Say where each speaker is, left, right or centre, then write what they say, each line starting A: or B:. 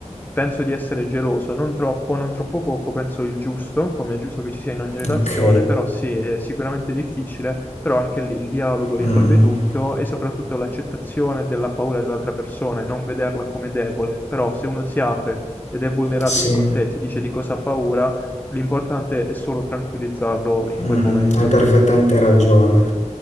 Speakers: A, on the left (about 15°); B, on the left (about 70°).
A: penso di essere geloso, non troppo, non troppo poco, penso il giusto, come è giusto che ci sia in ogni relazione,
B: ok.
A: però sì, è sicuramente difficile, però anche lì il dialogo risolve
B: Mm, mm.
A: tutto e soprattutto l'accettazione della paura dell'altra persona e non vederla come debole, però se uno si apre ed è vulnerabile
B: Sì.
A: con te, ti dice di cosa ha paura, l'importante è solo tranquillizzarlo in quel
B: Mm,
A: momento.
B: hai perfettamente ragione.